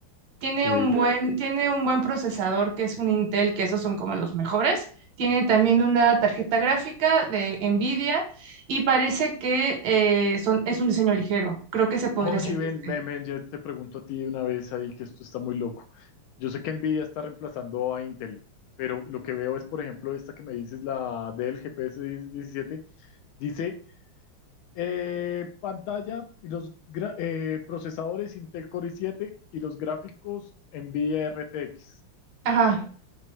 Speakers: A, on the right (about 70°); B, on the left (about 75°).
A: Tiene
B: Ok.
A: un buen, tiene un buen procesador que es un Intel, que esos son como los mejores. Tiene también una tarjeta gráfica de Nvidia y parece que eh, son, es un diseño ligero. Creo que se podría
B: Oye,
A: servirte.
B: ven, ven, ven, ya te pregunto a ti de una vez ahí que esto está muy loco. Yo sé que Nvidia está reemplazando a Intel, pero lo que veo es, por ejemplo, esta que me dices, la del GPS diecisiete dice eh, pantalla y los gra- eh, procesadores Intel Core i siete y los gráficos Nvidia RTX.
A: Ajá.